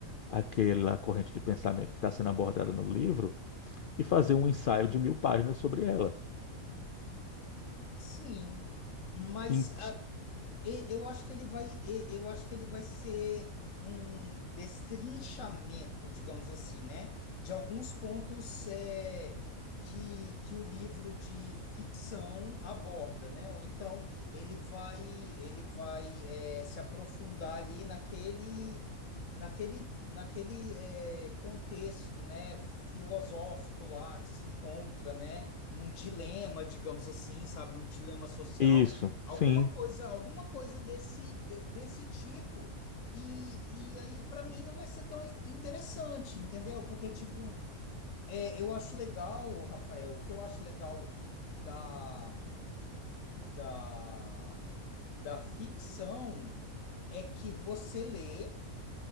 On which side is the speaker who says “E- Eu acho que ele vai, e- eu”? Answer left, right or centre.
Left